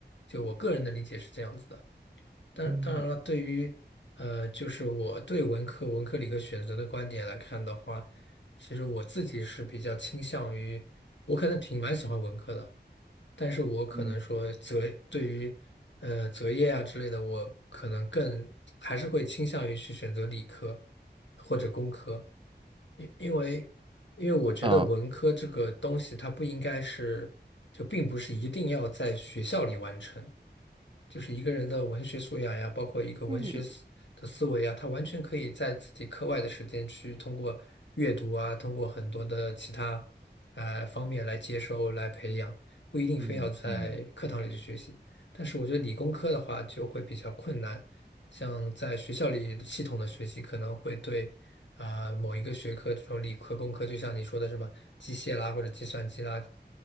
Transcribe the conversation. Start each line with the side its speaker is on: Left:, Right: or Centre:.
Left: 就我个人的理解是这样子的。当当然了，
Right: 嗯
Left: 对于呃，就是我对文科、文科、理科选择的观点来看的话，其实我自己是比较倾向于，我可能挺蛮喜欢文科的，但是我可能说择对于呃择业啊之类的，
Right: 嗯
Left: 我可能更还是会倾向于去选择理科或者工科，因因为因为我觉得文科这个东西它不应该是，
Right: 嗯，
Left: 就并不是一定要在学校里完成。就是一个人的文学素养呀，包括一个文学思的思维呀，
Right: 这个
Left: 他完全可以在自己课外的时间去通过阅读啊，通过很多的其他呃方面来接收、来培养，不一定非要在课堂里去学习。
Right: 嗯嗯，
Left: 但是我觉得理工科的话就会比较困难，像在学校里系统的学习可能会对啊，某一个学科，这种理科、工科，就像你说的什么机械啦或者计算机啦，